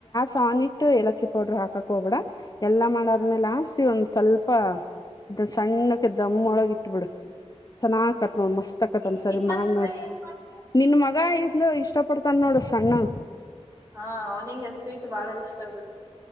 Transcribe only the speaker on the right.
ಹಾ
ಹಾ
ಚಿಕನ್
ಫ್ರೈ
ಹೆಂಗ್ ಮಾಡ್ತಿ
ಹಾ ಅವನಿಗೆ ಸ್ವೀಟ್ ಬಾಳ ಇಷ್ಟ ಬಿಡು.